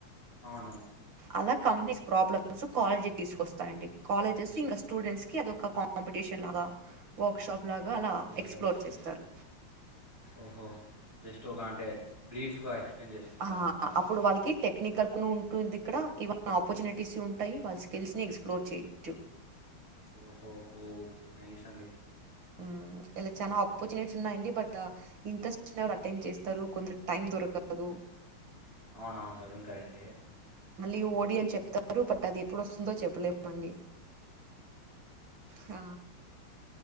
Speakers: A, on the left; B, on the right.
A: అవును
B: అలా కంపెనీస్ ప్రాబ్లమ్స్ కాలేజ్కి తీస్కొస్తాయండి. కాలేజెస్ ఇంకా స్టూడెంట్స్కి అదొక కాంపిటీషన్ లాగా వర్క్ షాప్ లాగా అలా
A: ఓకే
B: ఎక్స్ప్లోర్
A: ఓకే
B: చేస్తారు.
A: ఓహో జస్ట్ ఒక అంటే బ్రీఫ్ గా ఎక్స్ప్లెయిన్ చేపిస్తారు
B: ఆ
A: అన్నమాట
B: అప్పుడు వాళ్ళకి టెక్నికల్ ఉంటుంది ఇక్కడ ఇవ ఆపర్చునిటీస్ ఉంటాయి వాళ్ళ స్కిల్స్ని ఎక్స్ప్లోర్ చేయచ్చు.
A: ఓహో పో నైస్ అండి.
B: హ్మ్. ఇలా చాలా ఆపర్చునిటీస్ ఉన్నాయండి బట్ ఇంట్రెస్ట్ ఉన్న వాళ్ళు అటెండ్ చేస్తారు కొందరికి టైం దొరక కదు.
A: అవునవును అది కరెక్టే
B: మళ్ళీ ఓడి అన్ చెప్తారు బట్ అది ఎప్పుడొస్తుందో చెప్పలేమండి. హ